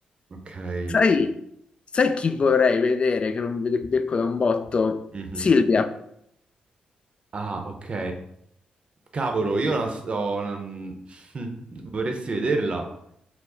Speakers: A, on the right; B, on the left.
A: Ok.
B: Sai,
A: ci-
B: sai chi vorrei vedere che non vede- becco da un botto?
A: Mhm.
B: Silvia,
A: Ah, ok. Cavolo, io la s- ho una- <laughs> vorresti vederla?